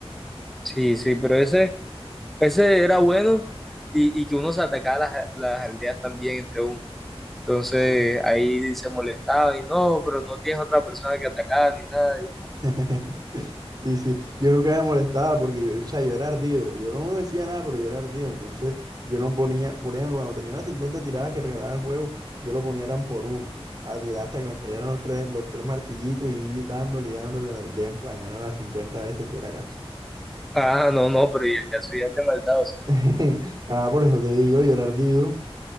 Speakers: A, in the centre; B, on the right (about 40°).
A: Sí, sí, pero ese, ese era bueno y, y que uno se atacaba las, las aldeas también entre uno. Entonces
B: Sí.
A: ahí se molestaba y no, pero no tienes otra persona que atacar ni nada. y
B: <laughs> Sí, sí. Yo nunca me molestaba porque yo, o sea, yo era ardido. Yo no me decía nada, pero yo era ardido. Entonces, yo no ponía, por ejemplo, cuando tenía las 50 tiradas que regalaba el juego, yo lo ponía eran por uno. A tirar hasta que me salieran los tres, los tres martillitos y ir dándole y dándole al de mañana a las 50 veces si era caso.
A: Ah, no, no, pero ya, ya eso ya es de maldad, o sea.
B: <laughs> Ah, por eso te digo, yo era ardido.